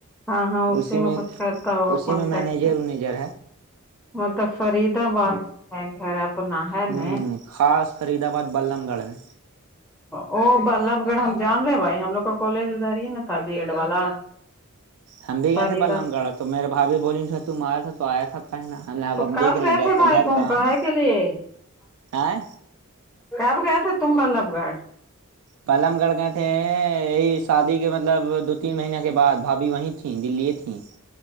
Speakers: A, in the centre; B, on the right.
A: ہاں ہاں
B: اسی میں
A: کچھ کرتا ہوگا
B: اسی
A: کانٹریکٹ
B: میں مینیجر انیجر ہے
A: مطلب فرید آباد ہے گھر آپ تو نہ ہے
B: ہ
A: ن
B: خاص فرید آباد بلم گڑھ میں
A: وہ بلب گڑھ ہم جان رہے ہیں بھائی ہم لوگ کا کالج ادھر ہی ن تھا بی ایڈ والا <inaudible>
B: ہم بھی
A: فریدا
B: گئے تھے بللم گڑھ تو میرے بھا بھی بولی تو مار تھا تو آیا تھا کہ نا ہم اب
A: تو
B: اب
A: کرب
B: دیکھ رہے
A: گئے
B: ہیں کہ
A: تھے
B: آپ کا
A: بھائی
B: گھر
A: تم
B: کہاں
A: کہے کے لیے
B: ہے
A: کب گیا ا تھا تم بلب گھر
B: پلم گڑھ گئے تھے یہی شادی کے مطلب دو تین مہینے کے بد بھابھی وہیں تھیں دلیی تھیں